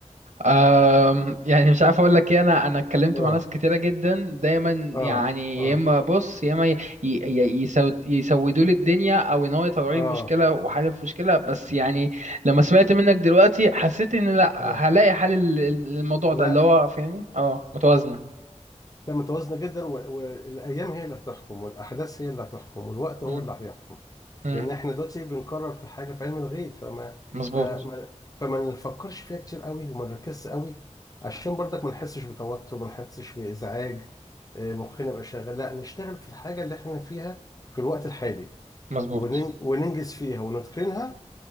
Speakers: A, on the right; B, on the left.
A: أم يعني مش عارف اقول لك ايه انا انا اتكلمت
B: آه
A: مع ناس كتيره جدا دايما
B: آه
A: يعني
B: آه
A: يا اما بص يا اما ي- ي- ي- يسود يسودوا لي الدنيا او ان هو يطلعوا
B: آه
A: لي مشكله وحل في مشكله بس يعني لما سمعت منك دلوقتي حسيت ان لا
B: آه
A: هلاقي حل لل- للموضوع
B: لا
A: ده اللي هو فاهمني اه متوازنه
B: لا متوازنة جدا و- والأيام هي اللي هتحكم والأحداث هي اللي هتحكم والوقت هو
A: مم.
B: اللي هيحكم
A: مم.
B: لأن إحنا دلوقتي بنكرر في حاجة في علم الغيب فما
A: مظبوط
B: فما فما نفكرش فيها كتير قوي وما نركزش قوي عشان برضك ما نحسش بتوتر ما نحسش بإزعاج آه، مخنا يبقى شغال لا نشتغل في الحاجة اللي إحنا فيها في الوقت الحالي
A: مظبوط
B: ونن- وننجز فيها ونتقنها